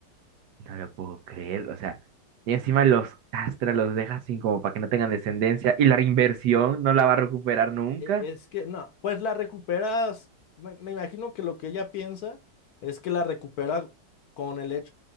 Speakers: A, on the right (about 70°); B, on the left (about 65°).
A: no lo puedo creer. O sea, y encima los castra, los deja sin como para que no tengan descendencia. Y la inversión no la va a recuperar nunca.
B: E- Es que, no, pues la recuperas, me, me imagino que lo que ella piensa es que la recupera con el hecho,